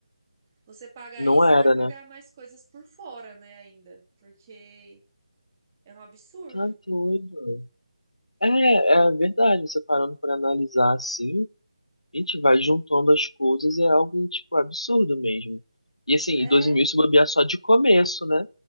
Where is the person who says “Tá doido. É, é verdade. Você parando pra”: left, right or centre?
Left